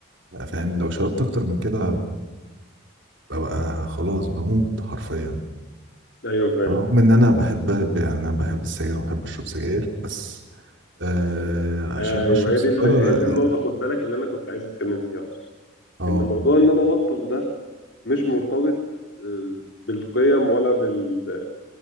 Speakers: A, on the right (about 65°); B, on the left (about 60°).
A: فاهم لو شربت اكتر من كده ببقى خلاص بموت حرفيا
B: ايوه فاهم
A: رغم ان انا بحب يعني انا بحب السجاير وبحب اشرب سجاير بس آه عشان
B: ايوه
A: اشرب
B: هي
A: سيجارة
B: دي ال- هي
A: لا
B: دي النقطه
A: لا
B: خد بالك اللي انا كنت عايز اتكلم فيها اصلا
A: اه
B: ان موضوع ان انا ابطل ده مش مرتبط آه، بالقيم ولا بال